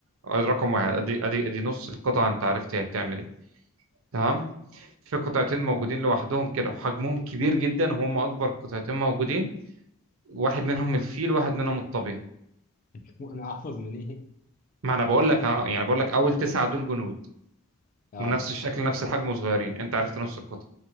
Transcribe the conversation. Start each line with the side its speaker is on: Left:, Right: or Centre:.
Right: آه، رقم واحد ادي ادي ادي نص القطعه انت عرفت هي بتعمل ايه تمام في قطعتين موجودين لوحدهم كده وحجمهم كبير جدا وهم اكبر قطعتين موجودين واحد منهم الفيل واحد منهم الطبيعي
Left: <laughs> وانا احفظ من ايه
Right: ما انا بقول لك أهو، يعني بقول لك اول تسعه دول جنود
Left: اه
Right: ونفس الشكل نفس الحجم وصغيرين انت عرفت نص القطعه